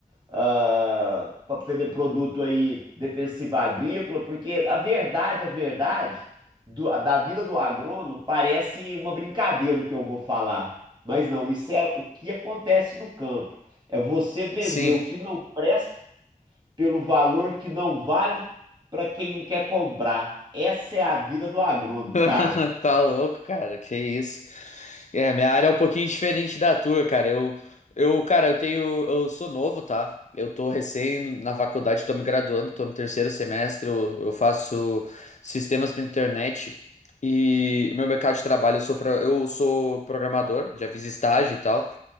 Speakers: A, on the right (about 30°); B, on the left (about 55°).
A: ah, para vender produto aí defensivo agrícola, porque a verdade, a verdade do- da vida do agrônomo parece uma brincadeira o que eu vou falar, mas não, isso é o que acontece no campo. É você vender
B: sim.
A: o que não presta pelo valor que não vale para quem não quer comprar. Essa é a vida do agrônomo,
B: <laughs>
A: cara.
B: Tá louco, cara. Que isso? É, minha área é um pouquinho diferente da tua, cara. Eu, eu, cara, eu tenho, eu sou novo, tá? Eu tô recém na faculdade, tô me graduando, tô no terceiro semestre. Eu, eu faço sistemas pra internet e meu mercado de trabalho, eu sou, pro- eu sou programador, já fiz estágio e tal.